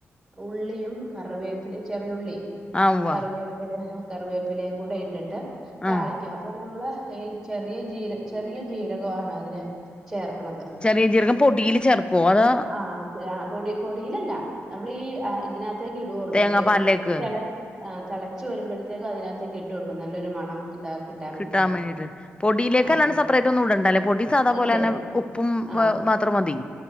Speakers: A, in the centre; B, on the left.
A: ഉള്ളിയും കറുവേപ്പിലേം ചെറിയുള്ളി
B: ആഹ് ഉവ്വ
A: കറിവേപ്പ് കറിവേപ്പിലയും കൂടെ ഇട്ടിട്ട് താളി
B: ആഹ്
A: അപ്പൊ നമ്മള് ഈ ചെറിയ ജീര ചെറിയ ജീരകമാണ് അതിന് ചേർക്കണത്
B: ചെറിയ ചീരകം പൊടിയിൽ ചേർക്കുവോ അതാ
A: ആ ആ പൊടി പൊടിയിലല്ല നമ്മളീ ഈ ഇതിനാത്തേക്ക് ഇടൂള്ളൂ
B: തേങ്ങാപ്പാലിലേക്ക്
A: വെ തെള ആ തെളച്ചു വരുമ്പോഴ്ത്തേക്കും അതിനാത്തേക്ക് ഇട്ട് കൊടുക്കും നല്ലൊരു മണം ഇതാ കിട്ടാൻ
B: കിട്ടാം
A: വേണ്ടിയിട്ട്
B: വേണ്ടീട്ട പൊടിയിലേക്കല്ലാണ്ട്
A: ആ ആ
B: സെപ്പറേറ്റ് ഒന്നും ഇടണ്ടാല്ലേ പൊടി സാതാ പോലന്നെ
A: ഇല്ല ഇല്ല
B: ഉപ്പും
A: ആ
B: മാ മാത്രം മതി